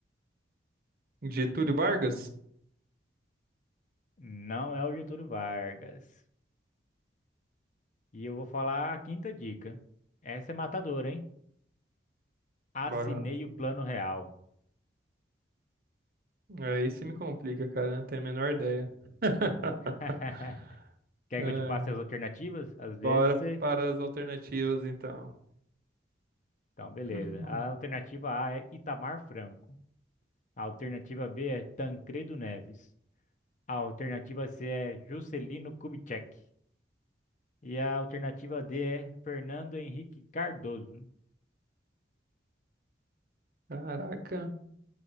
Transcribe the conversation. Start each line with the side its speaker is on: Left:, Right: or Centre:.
Right: Getúlio Vargas?
Left: Não é o Getúlio Vargas. E eu vou falar a quinta dica. Essa é matadora, hein? Assinei
Right: Bora lá.
Left: o plano real.
Right: Aí você me complica, cara. eu Não tenho a menor ideia. <laughs>
Left: <laughs> Quer
Right: É,
Left: que eu te passe as alternativas? Às vezes
Right: bora
Left: você.
Right: para as alternativas, então.
Left: Então, beleza.
Right: <clears throat>
Left: A alternativa A é Itamar Franco. A alternativa B é Tancredo Neves. A alternativa C é Juscelino Kubitschek. E a alternativa D é Fernando Henrique Cardoso.
Right: Caraca.